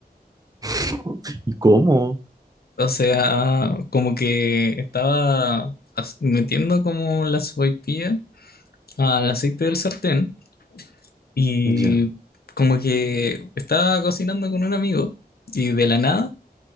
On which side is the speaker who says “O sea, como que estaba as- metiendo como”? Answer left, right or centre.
Left